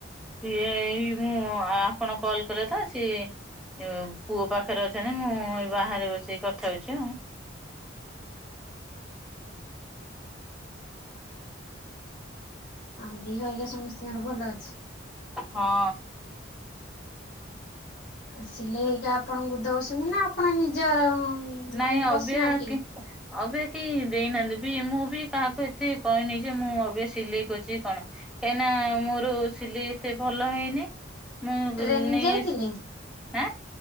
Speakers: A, in the centre; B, on the left.
A: ସେଇ ମୁଁ ଆ ଆପଣ କଲ କଲେ ତ ସିଏ ପୁଅ ପାଖରେ ଅଛନ୍ତି, ମୁଁ ଏଇ ବାହାରେ ବସିକି କଥା ହଉଛି ଆଉ।
B: ଆଉ ଦିହ ହେରିକା ସମସ୍ତଙ୍କର ଭଲ ଅଛି?
A: ହଁ।
B: ଆସିଲେ ଏଇଖା ଆପଣଙ୍କୁ ଦଉଛନ୍ତି ନା ଆପଣ ନିଜ
A: ନାଇଁ
B: ମାନେ
A: ଅବୟ
B: ପର୍ସନାଲିଟି
A: କି ଅବୟ କି ଦେଇନାହାନ୍ତି ବି ମୁଁ ବି କାହାକୁ ଏତେ କହିନି ଯେ ମୁଁ ଏବେ ସିଲେଇ କରୁଛି କି କଣ, କାହିଁନା ମୋର ସିଲେଇ ଏତେ ଭଲ ହେଇନି। ମୁଁ ବ
B: ଟ୍ରେନିଂ
A: ନେଇ
B: ଯାଇଥିଲେ?
A: ଆସ, ଆଁ।